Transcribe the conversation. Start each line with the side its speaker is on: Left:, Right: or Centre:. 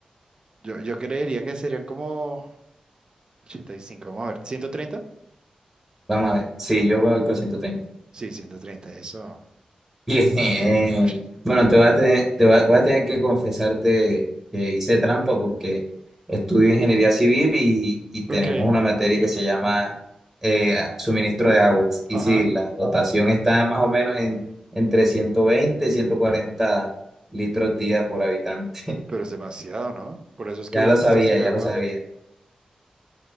Right: yo, yo creería que serían como 85. Vamos a ver, 130.
Centre: vamos a ver. Sí, yo me voy con 130.
Right: Sí, 130. eso.
Centre: <laughs> Bien.
Right: Ush,
Centre: Bueno, te voy a tener, te voy a voy a tener que confesarte que hice trampa porque estudio ingeniería civil y, y tenemos
Right: Ok,
Centre: una materia que se llama eh, suministro de aguas. Y
Right: ajá.
Centre: sí, la dotación está más o menos en, entre 120 y 140 litros día por habitante.
Right: Pero es demasiado, ¿no? Por eso es que
Centre: Ya
Right: Bogotá
Centre: lo sabía,
Right: está sin
Centre: ya
Right: agua.
Centre: lo sabía.